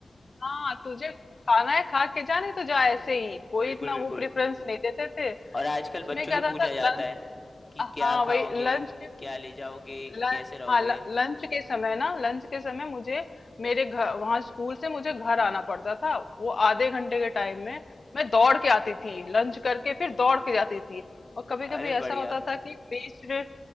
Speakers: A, on the left (about 55°); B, on the left (about 30°).
A: हाँ तुझे खाना है खा के जा नहीं तो जा ऐसे ही कोई
B: बिल्कुल
A: इतना
B: बिल्कुल
A: वो प्रेफरेंस नहीं देते थे तो
B: और आजकल
A: उसमें
B: बच्चों
A: क्या
B: से
A: था,
B: पूछा
A: था
B: जाता
A: लंच
B: है कि क्या
A: हाँ वही
B: खाओगे
A: लंच
B: क्या ले जाओगे
A: लं-
B: कैसे रहोगे
A: हाँ ल- लंच के समय ना लंच के समय मुझे मेरे घर वहां स्कूल से मुझे घर आना पड़ता था वो आधे घंटे के टाइम में मैं दौड़ के आती थी लंच करके फिर दौड़ के जाती थी और कभी
B: अरे
A: कभी
B: बढ़िया
A: ऐसा होता था कि बीच में